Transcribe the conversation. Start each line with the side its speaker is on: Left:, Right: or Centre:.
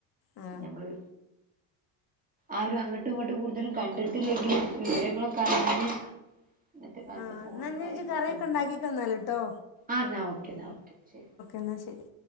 Left: ആ
Right: ഞമ്മള് ആരും അങ്ങട്ടും ഇങ്ങട്ടും കൂടുതലും കണ്ടിട്ടില്ലെങ്കിൽ വിവരങ്ങളൊക്കെ അറിയാന് ഇന്നത്തെ കാലത്ത്
Left: ആ
Right: ഫോണും
Left: എന്നാ ഇനി
Right: കാര്യങ്ങളൊക്കെ
Left: ഇജ്ജ് കറിയൊക്കെ
Right: ഉണ്ട്
Left: ഉണ്ടാക്കിക്കന്നാല് ട്ടോ
Right: ആഹ എന്നാൽ ഓക്കെ എന്നാൽ ഓക്കെ ശരി
Left: എന്നാൽ ശരി